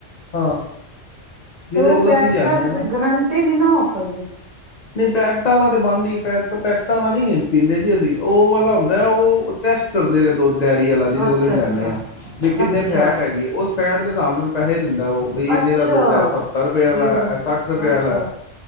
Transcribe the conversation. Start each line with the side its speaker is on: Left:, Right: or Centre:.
Left: ਹਾਂ ਜਿਹਦੇ
Right: ਤੇ ਉਹ
Left: ਕੋਲ
Right: ਪੈਕਟ
Left: ਅਸੀਂ ਲਿਆਨੇ ਆ
Right: ਚ
Left: ਨਾ।
Right: ਗਰੰਟੀ ਨਹੀਂ ਨਾ ਹੋ ਸਕਦੀ
Left: ਨਹੀਂ ਪੈਕਟਾਂ ਤੇ ਬੰਦ ਹੀ ਪ ਪੈਕਟਾਂ ਨ ਪੀਂਦੇ ਜੀ ਅਸੀਂ ਉਹ ਵਾਲਾ ਹੁੰਦਾ ਉਹ ਟੈਸਟ ਕਰਦੇ ਰਹਿੰਦੇ। ਦੁੱਧ ਡਾਇਰੀ ਵਾਲਾ ਜਿਹਦੇ
Right: ਅੱਛਾ
Left: ਕੋਲ ਅਸੀਂ ਲੈਂਦੇ
Right: ਅੱਛਾ
Left: ਹਾਂ। ਬ ਕਿੰਨੇ
Right: ਅੱਛਾ
Left: ਫੈਟ ਹੈਗੀ ਉਸ ਫੈਟ ਦੇ ਹਿਸਾਬ ਨਾਲ ਪੈਸੇ ਦਿੰਦਾ ਉਹ ਬ ਇਨੇ
Right: ਅੱਛਾ
Left: ਦਾ ਦੁੱਧ ਹੈ ਸੱਤਰ ਰੁਪਏ ਵਾਲਾ
Right: ਇਹ ਤਾਂ
Left: ਸੱਠ ਰੁਪਏ
Right: ਅੱਛਾ
Left: ਵਾਲਾ